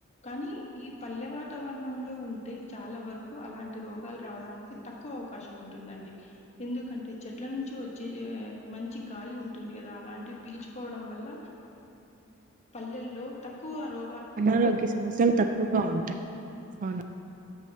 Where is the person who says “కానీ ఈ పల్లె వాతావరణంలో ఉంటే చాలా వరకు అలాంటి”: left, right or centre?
Left